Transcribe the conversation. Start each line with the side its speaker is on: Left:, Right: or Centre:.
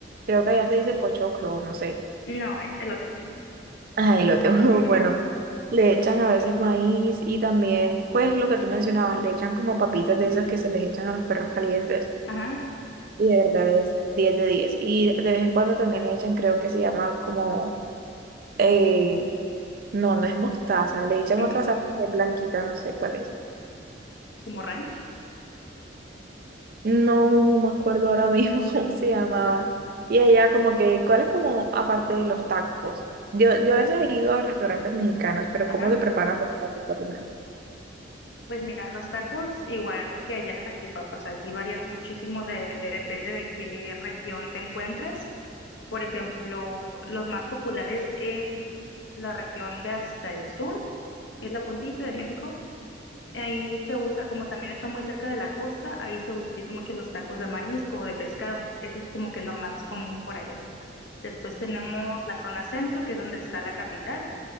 Right: creo que allá se dice pochoclo, no sé.
Left: No, es elote.
Right: Ajá, elote, <laughs>
Left: Ujú,
Right: bueno, le echan a veces maíz y también, pues lo que tú mencionabas, le echan como papitas de esas que se les echan a los perros calientes
Left: Ajá.
Right: y de verdad es 10 de diez Y de vez en cuando también le echan, creo que se llama como... eh, No, no es mostaza. Le echan
Left: ujú,
Right: otra salsa que es blanquita, no sé cuál es.
Left: Como ranch.
Right: No, no me acuerdo ahora mismo <laughs> cómo se llamaba. Y allá como que, ¿cuál es como aparte de los tacos? Yo, yo a veces he ido a restaurantes mexicanos, pero
Left: Ajá.
Right: ¿cómo se preparan los tacos por lo menos?
Left: Pues mira, los tacos, igual que allá las salchipapas, aquí varían muchísimo de, de- depende de qué región te encuentres. Por ejemplo, los más populares en la región de hasta el sur, que es la puntita de México, ahí se usa, como también está muy cerca de la costa, ahí se utilizan mucho los tacos de marisco o de pescado. Eso es como que lo más común por allá. Después tenemos la zona centro, que es donde está la capital.